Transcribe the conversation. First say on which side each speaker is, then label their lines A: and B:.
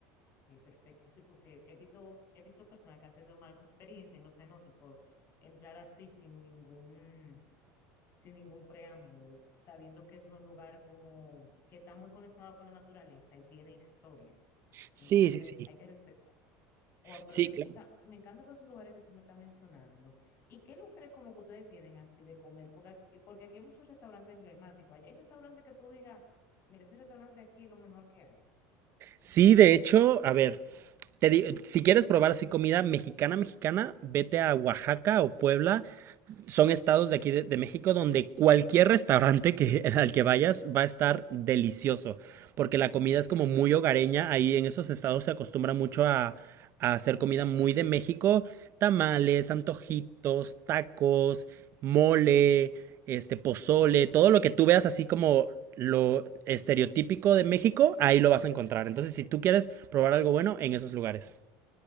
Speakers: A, on the left; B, on the right.
A: Ok, perfecto, sí, porque he visto, he visto personas que han tenido malas experiencias en los cenotes por entrar así sin ningún sin ningún preámbulo, sabiendo que es un lugar como que está muy conectado con la naturaleza y tiene historia.
B: Sí,
A: Entonces
B: sí, sí.
A: hay que respetar. O pero
B: Sí,
A: está,
B: claro.
A: me encantan todos esos lugares que tú me estás mencionando. ¿Y qué lugares como que ustedes tienen así de comer? Porque, aquí- porque aquí hay muchos restaurantes emblemáticos. Allá hay restaurantes que tú digas, mira, ese restaurante aquí es lo mejor que hay.
B: Sí, de hecho, a ver, te di- si quieres probar así comida mexicana, mexicana, vete a Oaxaca o Puebla son estados de aquí de, de México donde cualquier restaurante que, <laughs> al que vayas va a estar delicioso, porque la comida es como muy hogareña, ahí en esos estados se acostumbra mucho a, a hacer comida muy de México, tamales, antojitos, tacos, mole, este pozole, todo lo que tú veas así como lo estereotípico de México, ahí lo vas a encontrar. Entonces, si tú quieres probar algo bueno en esos lugares.